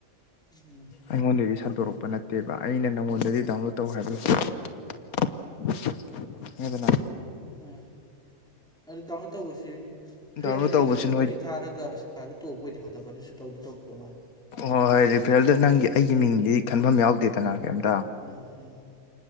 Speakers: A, in the centre; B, on the left (about 80°).
A: ꯎꯝ
B: ꯑꯩꯉꯣꯟꯗꯦꯔꯤ ꯆ ꯇꯧꯣꯔꯛꯄ ꯅꯠꯇꯦꯕ ꯑꯩꯅ ꯅꯪꯉꯣꯟꯗꯗꯤ ꯗꯥꯎꯟꯂꯣꯗ ꯇꯧ ꯍꯥꯏꯕꯁꯨꯗꯅ
A: ꯇ ꯑꯗꯨ ꯗꯥꯎꯟꯂꯣꯗ ꯇꯧꯕꯁꯤ ꯐ꯭ꯔꯦꯟꯗ
B: ꯗꯥꯎꯟꯂꯣꯗ
A: ꯑꯩꯒꯤ
B: ꯇꯧꯕꯁꯨ
A: ꯂꯤꯡꯇꯒꯤ
B: ꯅꯣꯏ
A: ꯊꯥꯔꯒ ꯄꯩꯁꯥꯗꯨ ꯇꯣꯛꯄ ꯑꯣꯏꯗꯤ ꯐꯗꯕ ꯑꯗꯨꯁꯨ ꯇꯧꯗꯤ ꯇꯧꯗꯧ ꯃꯥꯜꯅꯤ
B: ꯍꯣꯏ ꯔꯤꯐ꯭ꯔꯦꯜꯗ ꯅꯪꯒꯤ ꯑꯩꯒꯤ ꯃꯤꯡꯗꯤ ꯈꯟꯐꯝ ꯌꯥꯎꯗꯦꯗꯅ ꯀꯩꯝꯇ
A: ꯎꯝꯝ